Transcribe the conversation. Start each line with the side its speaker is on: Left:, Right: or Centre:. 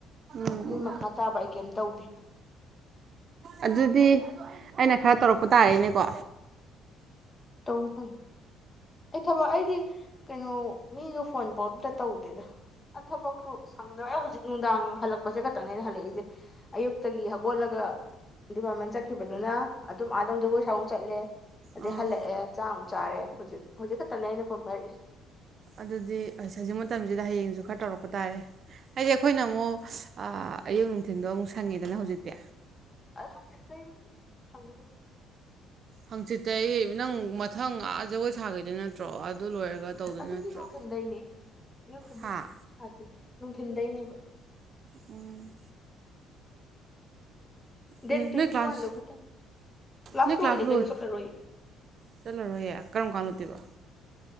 Right: ꯎꯝ
Left: ꯑꯗꯨꯏ ꯃꯈꯥ ꯇꯥꯕ ꯑꯩ ꯀꯩꯝ ꯇꯧꯗꯦ
Right: ꯑꯗꯨꯗꯤ ꯑꯩꯅ ꯈꯔ ꯇꯧꯔꯛꯄ ꯇꯥꯔꯦꯅꯦꯀꯣ
Left: ꯇꯧꯈꯩ ꯑꯩ ꯊꯕꯛ ꯑꯩꯗꯤ ꯀꯩꯅꯣ ꯃꯤꯒ ꯐꯣꯟ ꯄꯣ ꯑꯝꯇ ꯇꯧꯗꯦꯗ ꯑ ꯊꯕꯛꯁꯨ ꯁꯪꯗ ꯍꯧꯖꯤꯛ ꯅꯨꯡꯗꯥꯡ ꯍꯜꯂꯛꯄꯁꯦ ꯈꯛꯇꯪꯅꯦ ꯑꯩꯅ ꯍꯜꯂꯛꯏꯁꯦ ꯑꯌꯨꯛꯇꯒꯤ ꯍꯧꯒꯠꯂꯒ ꯗꯤꯄꯥꯔꯠꯃꯦꯟ ꯆꯠꯈꯤꯕꯗꯨꯅ ꯑꯗꯨꯝ ꯑꯥꯗꯪ ꯖꯒꯣꯏ ꯁꯥꯎ ꯆꯠꯂꯦ ꯑꯗꯩ
Right: ꯑꯥ
Left: ꯍꯜꯂꯛꯑꯦ ꯆꯥꯡ ꯆꯥꯔꯦ ꯍꯧꯖꯤꯛꯖꯤꯛ ꯅꯅꯦ ꯐꯣꯟ ꯄꯔꯤꯁ
Right: ꯑꯗꯨꯗꯤ ꯍꯧꯖꯤꯛ ꯃꯇꯝꯁꯤꯗ ꯍꯌꯦꯡꯁꯨ ꯈꯔ ꯇꯧꯔꯛꯄ ꯇꯥꯔꯦ ꯍꯥꯏꯗꯤ ꯑꯩꯈꯣꯏꯅ ꯑꯃꯨꯛ ꯑꯌꯨꯛ ꯅꯨꯡꯊꯤꯜꯗꯣ ꯑꯃꯨꯛ ꯁꯪꯉꯦꯗꯅ ꯍꯧꯖꯤꯛꯇꯤ
Left: ꯑ ꯍꯪꯆꯤꯠꯇꯒꯤꯕꯨꯗꯤ ꯍꯪꯒꯅꯤ
Right: ꯍꯪꯆꯤꯠꯇ ꯑꯩ ꯅꯪ ꯃꯊꯪ ꯑꯥ ꯖꯒꯣꯏ ꯁꯥꯈꯤꯗꯣꯏ ꯅꯠꯇ꯭ꯔꯣ ꯂꯣꯏꯔꯒ
Left: ꯑꯗꯨ
Right: ꯇꯧꯗꯣꯏ
Left: ꯑꯗꯨꯗꯤ
Right: ꯅꯠꯇ꯭ꯔꯣ
Left: ꯅ ꯀꯗꯅꯦ ꯌꯨ ꯀꯗꯤ
Right: ꯍꯥꯥ
Left: ꯁꯥꯗꯤ ꯅꯨꯡꯊꯤꯤꯟꯗꯩꯅꯦꯕ
Right: ꯎꯝ
Left: ꯗꯦꯠ
Right: ꯎꯝ
Left: ꯇ꯭ꯋꯦꯟꯇꯤ
Right: ꯅꯣꯏ ꯀ꯭ꯂꯥꯁ
Left: ꯋꯥꯟꯗꯣ ꯈꯛꯇꯪ ꯀ꯭ꯂꯥꯁꯇ
Right: ꯅꯣꯏ ꯀ꯭ꯂꯥꯁ
Left: ꯑꯣꯏ
Right: ꯂꯣꯏ
Left: ꯀꯩꯅ ꯆꯣꯂꯔ ꯑꯣꯏ
Right: ꯆꯠꯂꯔꯣꯏꯌꯦ ꯀꯔꯝ ꯀꯥꯟꯅꯣꯗꯦꯕ